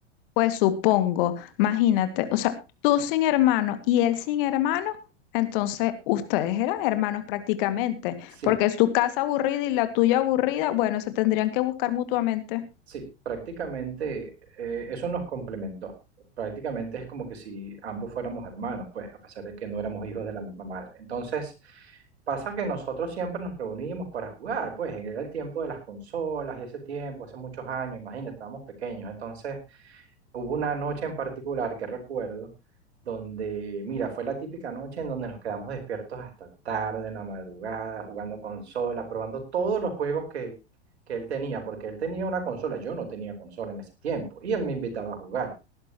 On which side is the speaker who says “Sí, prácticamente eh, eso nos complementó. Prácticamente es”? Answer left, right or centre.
Right